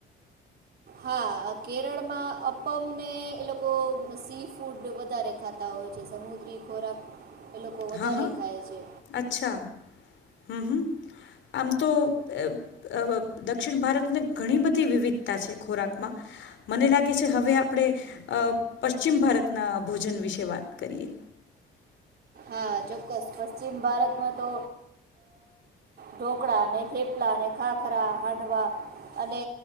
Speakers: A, on the right; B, on the left.
A: હા કેરળમાં અપ્પમને એ લોકો સી ફૂડ વધારે ખાતા હોય છે સમુદ્રી ખોરાક. એ લોકો વધારે
B: હા હા
A: ખાય છે.
B: અચ્છા હમ હમ આમ તો અ દક્ષિણ ભારતને ઘણી બધી વિવિધતા છે ખોરાકમાં મને લાગે છે હવે આપણે અ પશ્ચિમ ભારતના ભોજન વિશે વાત કરીએ.
A: હા ચોક્કસ પશ્ચિમ ભારતમાં તો ઢોકળા ને થેપલા ને ખાખરા હાંડવા અને